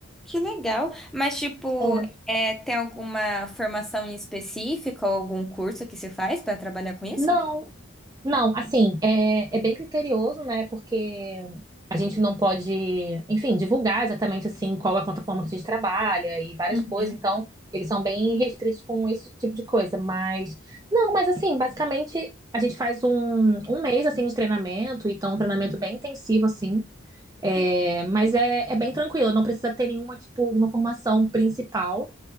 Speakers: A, in the centre; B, on the right (about 15°).
A: Que legal. Mas, tipo,
B: É.
A: é, tem alguma formação em específica ou algum curso que se faz para trabalhar com isso?
B: Não, Não, assim, é, é bem criterioso, né? Porque a gente não pode, enfim, divulgar exatamente assim qual é a plataforma que a gente trabalha e várias
A: Uhum.
B: coisas. Então, eles são bem restritos com esse tipo de coisa. Mas, não, mas assim, basicamente a gente faz um, um mês assim de treinamento, então é um treinamento bem intensivo assim. É,
A: Que
B: mas é, é bem tranquilo, não precisa ter nenhuma, tipo, nenhuma formação principal